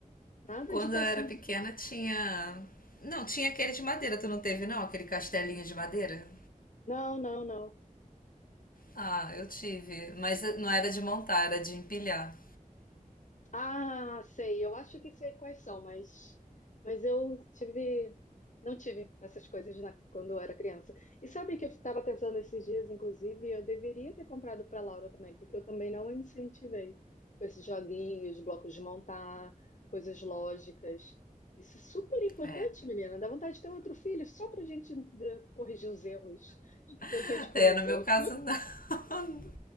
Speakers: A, on the left; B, on the left.
A: Nada
B: Quando
A: de pecinha
B: eu era pequena
A: de plástico.
B: tinha. Não, tinha aquele de madeira, tu não teve não? Aquele castelinho de madeira?
A: Não, não, não.
B: Ah, eu tive. Mas não era de montar, era de empilhar.
A: Ah, sei. Eu acho que sei quais são, mas, mas eu tive, não tive essas coisas na- quando eu era criança. E sabe que eu estava pensando esses dias, inclusive, eu deveria ter comprado para Laura também, porque eu também não a incentivei com esses joguinhos, blocos de montar, coisas lógicas. Isso é super importante,
B: É.
A: menina. Dá vontade de ter outro filho só para a gente eh, corrigir os erros que a
B: <laughs>
A: gente cometeu.
B: É, no meu caso não. <laughs>